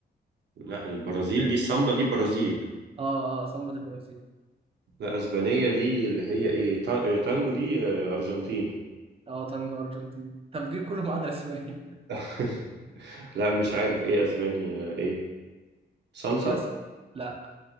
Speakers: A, on the right; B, on the right.
A: لا البرازيل دي السامبا دي برازيل
B: اه اه سامبا دي برازيل
A: لا اسبانية دي اللي هي ايه تا- آه، تانجو دي آه، ارجنتين
B: اه تانجو ارجنتين طب جيب كله ما عدا الاسبانية <laughs>
A: <laughs> لا مش عارف ايه اسبانيا ايه صلصة
B: للاسف لا